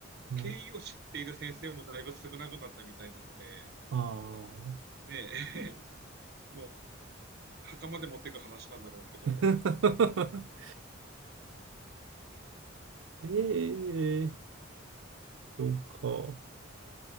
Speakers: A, on the right; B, on the right.
A: 経緯を知っている先生もだいぶ少なくなったみたいなので、
B: ー、ああ。
A: ねえ、<laughs> もう、袴で持っていく話なんだろうけど、
B: <laughs> ええそうか。